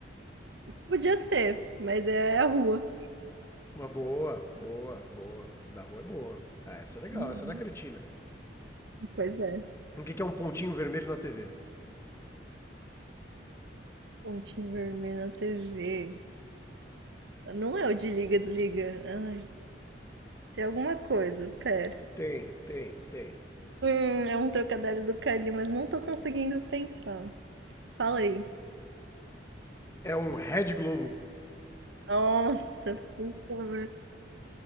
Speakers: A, on the right (about 75°); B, on the left (about 15°).
A: Podia ser, mas é a rua.
B: Uma boa, boa, boa. Da rua é boa. Ah, essa é legal,
A: Uhum.
B: essa não é cretina.
A: Pois é.
B: O que que é um pontinho vermelho na TV?
A: Ponte vermelha na TV. Não é o de liga, desliga. Ai, tem alguma coisa, pera.
B: Tem, tem, tem.
A: Hum, é um trocadilho do Cali, mas não tô conseguindo pensar. Fala aí.
B: É um Red Globo.
A: Nossa, puta merda.